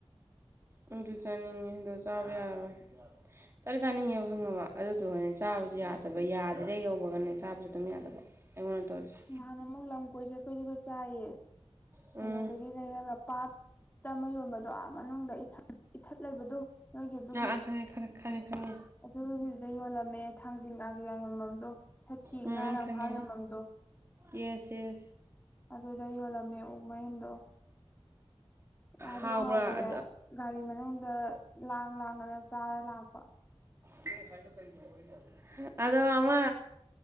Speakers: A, on the right (about 25°); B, on the left (about 15°).
A: ꯑꯗꯨꯗꯨ ꯆꯅꯤꯡꯉꯗꯣ ꯆꯥꯕ ꯌꯥꯔ ꯆꯥꯔꯤ ꯆꯥꯅꯤꯡꯉꯦꯕ ꯐꯪꯉꯕ ꯑꯗꯨꯗꯣ ꯍꯣꯔꯅꯦ ꯆꯥꯕꯁꯨ ꯌꯥꯗꯦ ꯅꯕ ꯌꯥꯁꯤꯗꯩ ꯌꯧꯕꯒꯅꯦ ꯆꯥꯕꯁꯨ ꯑꯗꯨꯝ ꯌꯥꯗꯕ ꯑꯩꯉꯣꯟꯗ ꯇꯧꯔꯤꯁꯦ
B: ꯅꯍꯥꯟ ꯑꯃꯨꯛ ꯂꯝ ꯀꯣꯏ ꯆꯠꯄꯩꯗꯨꯗ ꯆꯥꯏꯌꯦ
A: ꯎꯝ
B: ꯀꯩꯅꯣꯗꯒꯤ ꯂꯩꯔꯒ ꯄꯥꯠꯇ ꯑꯃ ꯌꯣꯟꯕꯗꯣ ꯑꯥ ꯃꯅꯨꯡꯗ ꯏꯊ ꯏꯊꯠ ꯂꯩꯕꯗꯣ ꯅꯣꯏꯒꯤ ꯑꯗꯨꯒꯤ
A: ꯑꯥ ꯑꯥ ꯈꯪꯉꯦ ꯈꯪꯉꯦ ꯈꯪꯉꯦ ꯈꯪꯉꯦ
B: ꯑꯗꯨꯒꯤꯗꯨꯗ ꯌꯣꯜꯂꯝꯃꯦ ꯊꯥꯡꯖꯤꯡ ꯉꯥꯡ ꯀꯩꯀꯥ ꯌꯣꯟꯐꯝꯗꯣ ꯏꯊꯠꯀꯤ
A: ꯎꯝ
B: ꯉꯥ
A: ꯎꯝ
B: ꯉꯥꯡ
A: ꯈꯪꯉꯦ
B: ꯐꯥ ꯌꯣꯟꯐꯝꯗꯣ
A: ꯌꯦꯁ ꯌꯦꯁ
B: ꯑꯗꯨꯗ ꯌꯣꯜꯂꯝꯃꯦ ꯑꯣꯛ ꯃꯔꯤꯟꯗꯣ ꯌꯥꯗꯤ
A: ꯍꯥꯎꯕ꯭ꯔꯥ
B: ꯍꯥꯎꯈ꯭ꯔꯦ ꯒꯥꯔꯤ ꯃꯅꯨꯡꯗ ꯂꯥꯡ ꯂꯥꯡꯗꯅ ꯆꯥꯔ ꯂꯥꯛꯄ
A: ꯀ ꯐꯥꯏꯗꯣ ꯀꯩꯗꯣꯒ ꯑꯗꯣ ꯑꯃ